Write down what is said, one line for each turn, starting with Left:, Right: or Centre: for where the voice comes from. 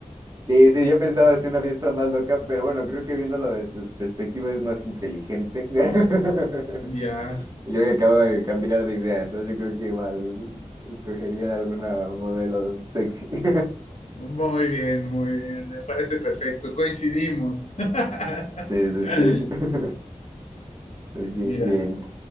Right: Sí, sí, yo pensaba hacer una fiesta más loca, pero bueno, creo que viéndolo de tus perspectivas es más inteligente. <laughs>
Left: Ya.
Right: Y creo que acabo de cambiar de idea, entonces yo creo que igual escogería alguna modelo sexy. <laughs>
Left: Muy bien, muy bien. Me parece perfecto. Coincidimos. <laughs>
Right: Sí, sí,
Left: Chévere.
Right: sí. <laughs> Pues bien,
Left: Mira,
Right: bien.